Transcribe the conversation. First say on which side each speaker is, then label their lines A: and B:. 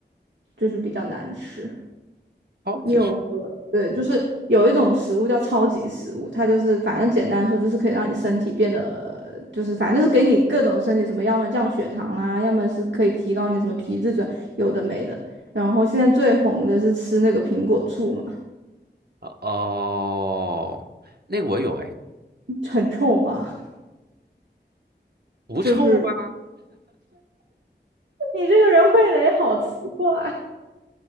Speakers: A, on the right; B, on the right.
A: 就是比较难吃。
B: 超级市
A: 你有喝，对，就是有一种食物叫超级食物，它就是反正简单说就是可以让你身体变得，就是反正就是给你各种身体什么，要么降血糖啦，要么是可以提高你什么皮质醇，有的没的。然后现在最红的是吃那个苹果醋嘛，
B: 哦哦，那个我有哎，
A: <laughs> 很臭嘛，
B: 不臭啊，
A: <laughs> 就是。你这个人味蕾好奇怪，